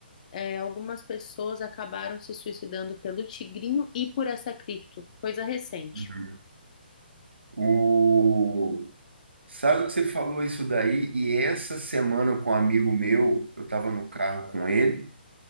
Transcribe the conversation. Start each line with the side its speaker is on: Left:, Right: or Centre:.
Left: é, algumas pessoas acabaram se suicidando pelo tigrinho e por essa cripto, coisa recente.
Right: Uhum. O... Sabe que você falou isso daí? E essa semana com um amigo meu, eu estava no carro com ele,